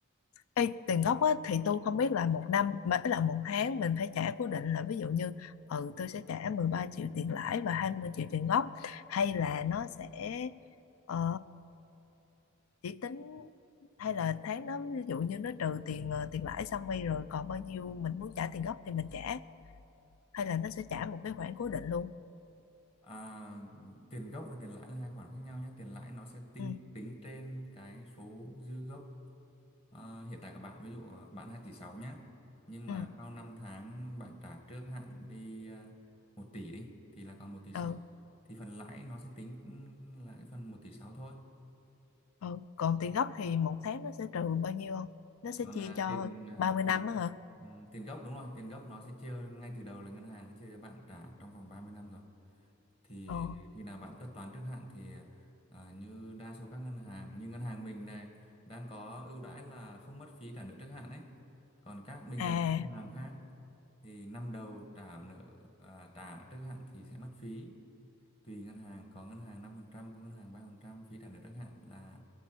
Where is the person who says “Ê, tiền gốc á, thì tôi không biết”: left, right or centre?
Left